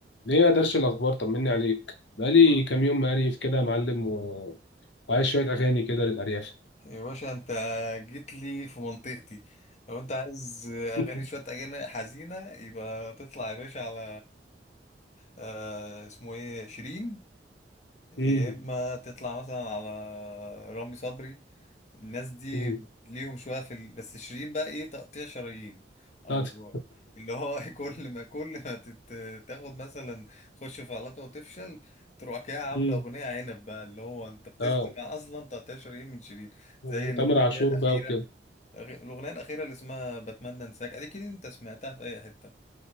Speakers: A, on the left; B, on the left.
A: ليه يا درش الأخبار طمني عليك بقالي
B: كله
A: كام يوم مقريف كده يا معلم و... وعايز شوية أغاني كده للأرياف
B: يا باشا انت جيت لي في منطقتي لو انت عايز اغاني
A: <laughs>
B: شويه اغاني حزينه يبقى تطلع يا باشا على آه اسمه ايه شيرين يا
A: امم
B: اما تطلع مثلا على رامي صبري الناس دي
A: امم
B: ليهم شويه في ال... بس شيرين بقى ايه تقطيع شرايين او
A: بتاعت-
B: اللي هو <laughs> كل ما كل ما تت... تاخد مثلا تخش في علاقه وتفشل تروح كده عامله
A: امم.
B: اغنيه
A: <laughs>
B: عنب بقى اللي هو انت بتسمع
A: اه
B: <laughs> اصلا تقطيع شرايين من شيرين
A: وتامر
B: زي الاغنيه
A: عاشور
B: اللي هي الاخيره
A: بقى وكده
B: أغ- الاغنيه الاخيره اللي اسمها بتمنى انساك اكيد انت سمعتها في اي حته